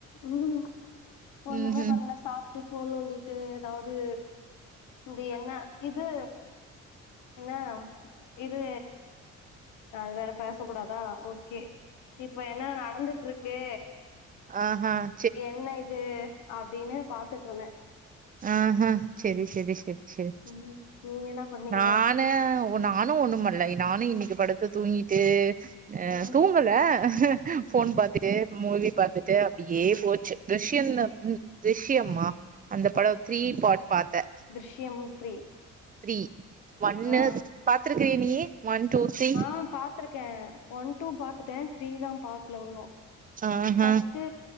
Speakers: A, on the left; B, on the right.
A: ம் ஒண்ணுமே
B: ம் ம்
A: பண்ணல சாப்புட்டு ஃபோன் நோண்டிட்டு ஏதாவது இது என்ன இது என்னா இது அது வேற பேச கூடாதா ஓகே இப்ப என்ன நடந்துட்டு இருக்கு
B: ஆஹன்
A: என்ன இது அப்டின்னு பாத்துட்டு இருந்தே
B: ஆஹ்ன் செரி செரி செரி செரி
A: ம் நீங்க என்ன பண்ணீங்க
B: நான் நானு நானு ஒண்ணு பண்ணல நானு இன்னைக்கு படுத்து தூங்கிட்டு ஆஹ்
A: ம்
B: தூங்கல ஃபோன் பாத்துட்டு மூவி பாத்துட்டு அப்படியே போச்சு ரிஷ்ய திர்ஷயம்மா அந்த படம் த்ரீ பாட் பார்த்தே
A: திர்ஷியம் த்ரீ
B: த்ரீ ஒன்னு
A: ஆ
B: பாத்துருக்கிரியா நீ ஒன் டூ த்ரீ
A: ஆஹ் பாத்துருக்கே ஒன் டூ பாத்துட்டே த்ரீ தா பாக்கல ஒன்னு
B: ஆஹா
A: ஃபஸ்ட்டு